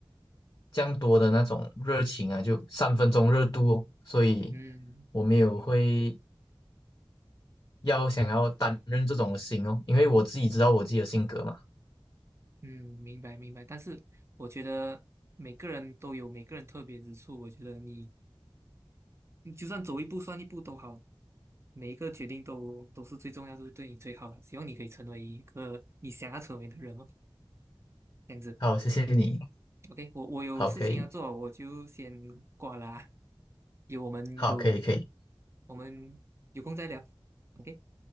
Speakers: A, on the left (about 35°); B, on the right (about 30°).
A: 这样多的那种热情啊，就三分钟热度哦，所以
B: 嗯
A: 我没有会要想要担任这种心哦，因为我自己知道我自己的性格嘛。
B: 嗯，明白明白，但是我觉得每个人都有每个人特别之处。我觉得你你就算走一步算一步都好，每一个决定都都是最重要，都是对你最好的。希望你可以成为一个你想要成为的人哦，这样子。
A: 好，谢谢你，
B: OK，我我有事情要做，
A: 好，可以，
B: 我就先挂了啊。有我们有
A: 好，可以，可以，
B: 我们有空再聊。OK。